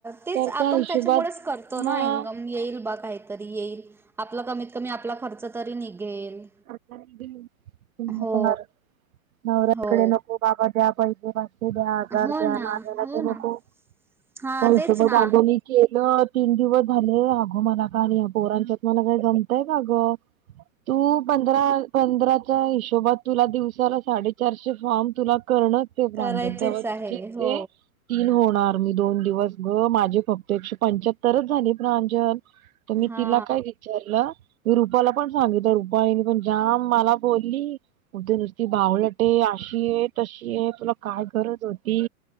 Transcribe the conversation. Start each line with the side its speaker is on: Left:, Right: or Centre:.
Centre: तेच
Right: तर त्या
Centre: आपण
Right: हिशोबात
Centre: त्याच्यामुळेचं करतो
Right: मग
Centre: ना इनकम पण येईल बा काहीतरी येईल आपला कमीत कमी आपला खर्च तरी निघेल.
Right: <unintelligible>
Centre: हो
Right: नवऱ्याकडे
Centre: हो
Right: नको बाबा द्या पैसे हे द्या हजार
Centre: हो
Right: द्या
Centre: ना
Right: मागायला
Centre: हो
Right: तर
Centre: ना
Right: नको.
Centre: हा
Right: <unintelligible> केलं
Centre: तेच ना
Right: तीन दिवस झाले अगं मला काल या पोरांच्यात मला काय जमतय का गं. तू पं धरा पंधराच्या हिशोबात तुला दिवसाला साडे चारशे फॉर्म तुला करणं <unintelligible> प्रांजल
Centre: करायचेच
Right: तेव्हा
Centre: आहे
Right: तुझे ते
Centre: हो
Right: तीन होणार मी दोन दिवस गं माझे फक्त एकशे पंच्याहत्तरचं झाली प्रांजल. तर मी
Centre: हा
Right: तिला काय विचारलं मी रुपाला पण सांगितलं रुपालीने पण जाम मला बोलली. तू तर नुसती बावळट आहे. अशी आहे तशी आहे. तुला काय गरज होती.